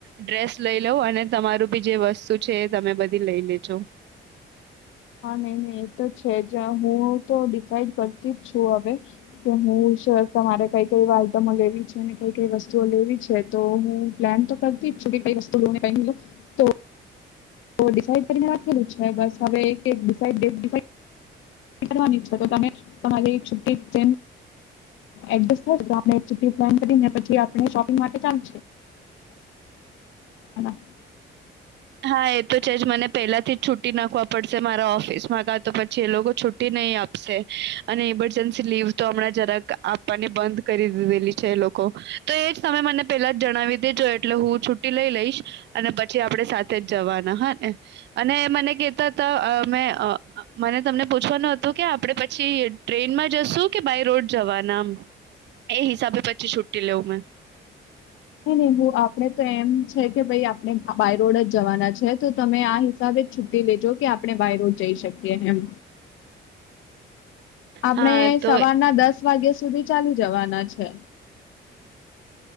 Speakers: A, on the right (about 60°); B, on the left (about 80°).
A: ડ્રેસ લઈ લઉં અને તમારું બી જે વસ્તુ છે એ તમે બધી લઈ લેજો.
B: હા નહી નહી એ તો છે જ હું તો ડિસાાઈડ કરતી જ છું હવે કે હું જ મારે કઈ કઈ આઈટમો લેવી છે ને કઈ કઈ વસ્તુઓ લેવી છે તો હું પ્લાન તો કરતી જ છું કે કઈ વસ્તુ લુ ને કઈ વસ્તુ ની લુ તો તો ડિસાઇડ કરીને વાત કરું છે બસ હવે એક એક ડિસાઇડ ડેટ ડિસાઇડ કરવાની છે તો તમે તમારી છૂટી જેમ એકજેસ થાય તો આપડે છૂટી પ્લાન કરીને પછી આપડે શોપિંગ માટે ચાલ <unintelligible>
A: હા એ તો છે જ મને પેલાથી જ છુટી નાખવા પડશે મારા ઓફિસ માં કા તો પછી એ લોકો છુ્ટ નહી આપશે અને ઈમરજન્સી લીવ તો હમણાં જરાક આપવાની બંધ કરી દીધેલી છે એ લોકો તો એજ તમે મને પેલા જ જણાવી દેજો એટલે હું છુટી લઈ લઈશ. અને પછી આપણે સાથે જ જવાના હા ને અને મને કેહેતા હતા મેં અ અ મને તમને પૂછવાનું હતું કે આપણે પછી ટ્રેનમાં જશું કે બાય રોડ જવાનામ એ હિસાબે પછી છુટી લેઉ મેં.
B: હે નેવું આપણે તો એમ છે કે ભાઈ આપણે બાયરોડ જ જવાના છે તો તમે આ હિસાબે જ છુટી લેજો કે આપણે બાયરોડ જઈ શકીએ એમ. આપણેે
A: હા તો
B: સવારના દસ વાગ્યા સુધી ચાલી જવાના છે.